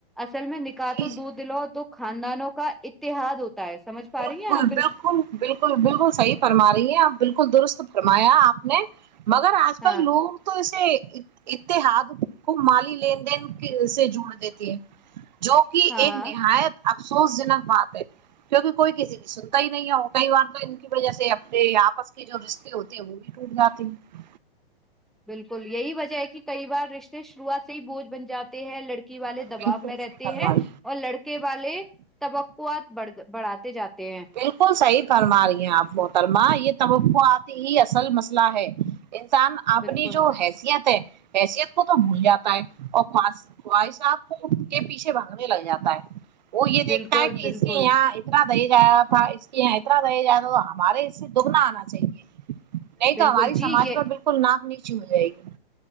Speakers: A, in the centre; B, on the right.
A: اصل میں نکال
B: جی
A: تو
B: جی
A: دودھ دلو تو خاندانوں کا ا اتحاد ہوتا ہے سمجھ پا
B: بالکل
A: رہی ہیں آپ
B: بالکل بالکل بالکل صحی فرما رہی ہے آپ بالکل ل درست فرمایا آپ نے مگر آج
A: ہاں
B: کل لوگ تو ایسے اتحاد کو مالی لین دین سے جوڑ دیتی ہے جو کہ
A: ہاں
B: ایک
A: ہاں
B: نہایت س اس زنت باتے کیونکہ کوئی کسی کی سنتا ہی نہیں ہو کئی بار تو ان کی وجہ سے اپنے آپس کے جو رشتے ہوتے ہیں وہ بھی ٹوٹ جاتے ہیں
A: بالکل یہی وجہ ہے کہ کئی بار رشتے شروعات سے ہی بوجھ بن جاتے ہیں لڑکے ی والے دباؤ
B: بالکل
A: میں رہتے
B: صحیح فرما
A: ہیں
B: رہی
A: اور لڑکے والے توقوعات بڑ بڑھاتے جاتے ہیں
B: بالکل صحب کرما رہی ہیں آپ محترما یہ توقعتی ہی اصل مسئلہ ہے انسان اپنی
A: بالکل
B: جو حیثیت ہے حیثیت کو تو بھول جاتا ہے اور خواہ خواہشب کو کے پیچھے بھاگنے لگ جاتا ہے وہ یہ دیکھتا
A: بالکل
B: ہے کہ
A: بالکل
B: اس سے یہاں اتنا صی ہے اس کے یہاں اتنا رہ جائے تو تو ہمارے اس سے دگنا آنا چاہیے نہیں
A: بالکل
B: تو ہماری سماج
A: جی یہ
B: میں بالکل ناک ا ہو جائے گی